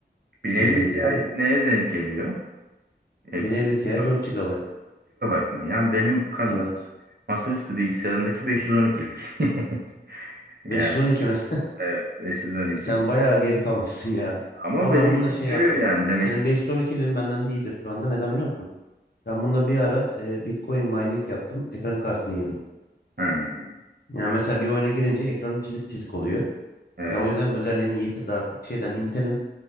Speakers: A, on the right; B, on the left.
A: Bineli
B: Nvidia'nın.
A: Cahit neye denk geliyor? E,
B: 1050
A: GB.
B: Ti 4 GB.
A: 4 mı? Yani benim ka-
B: Evet.
A: masaüstü bilgisayarımdaki 512'lik. <laughs> Yani
B: 512 mi?
A: evet 512'lik.
B: <laughs> Sen bayağı geri kalmışsın ya.
A: Ama
B: Ama
A: benim
B: ben
A: işimi
B: bununla şey
A: görüyor
B: yaptım.
A: yani demek
B: Senin 512'lin benden iyidir şu anda. Neden biliyor musun? Ben bunda bir ara e, Bitcoin mining yaptım. Ekran kartını yedim.
A: istedim.
B: Yani mesela bir oyuna girince ekranı çizik çizik oluyor.
A: evet
B: Ya o yüzden özelliğini yitirdi artık. Şeyden Intel'in